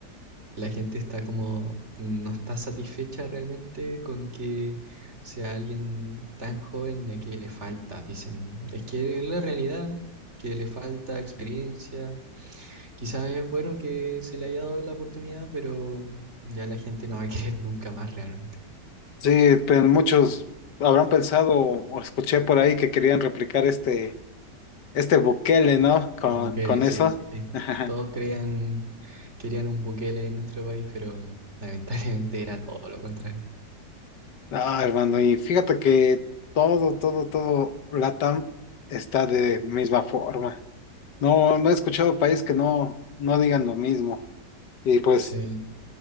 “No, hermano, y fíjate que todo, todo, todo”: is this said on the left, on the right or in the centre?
Left